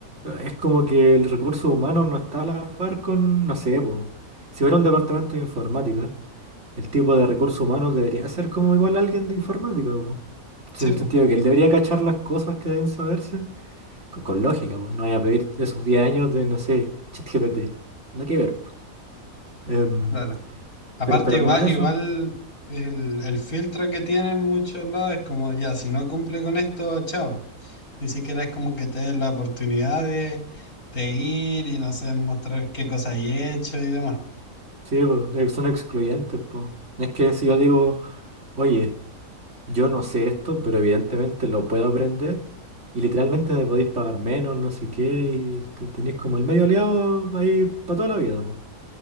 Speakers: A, on the right; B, on the left.
A: es como que el recurso humano no está a la par con, no sé, po. Si fuera un departamento de informática, el tipo de recursos humanos debería ser como igual a alguien de informática, Sí,
B: Sí,
A: En el
B: pues,
A: sentido de que él debería cachar las cosas que deben saberse. co- Con, lógica, pues no voy a pedir esos 10 años de, no sé, ChatGPT. No que ver. pues. Em,
B: claro. Aparte,
A: pero, pero
B: igual,
A: no eso.
B: igual el, el filtro que tienen muchos lados es como, ya, si no cumple con esto, chao. Ni siquiera es como que te den la oportunidad de, de ir y no sé, mostrar qué cosas he hecho y demás.
A: Sí, pues, eh, son excluyentes, pues. No Es que si yo digo, oye, yo no sé esto, pero evidentemente lo puedo aprender. Y literalmente me podéis pagar menos, no sé qué, y te- tenéis como el medio aliado ahí para toda la vida, pues.